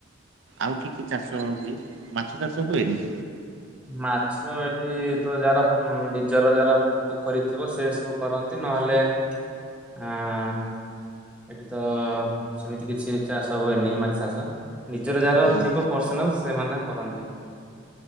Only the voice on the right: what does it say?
ଆଉ କିି, କି ଚାଷ ହୁଏ? ମାଛ ଚାଷ ହୁଏନି?
ହୁଁ,